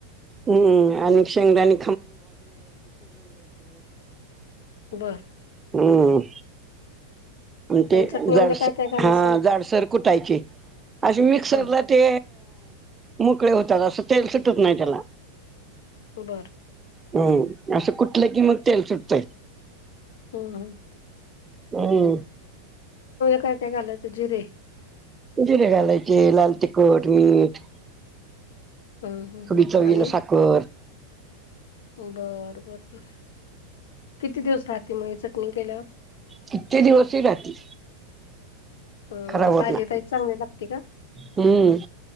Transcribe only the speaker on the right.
हम्म आणि शेंगदाणी
हम्म ते
हा
जाडसर
कुटायचे अे मिक्सरला
ते मोकळे होतात असं तेल सुटत नाही त्याला
हम् असं कुठलं की मग तेल सुटतय
हं
जिरे घालायचे लाल तिखट, मीठ
थोडी
चवीला
साखर
कित्यी दिवसही राहती
खराब होत
नाही
हम्म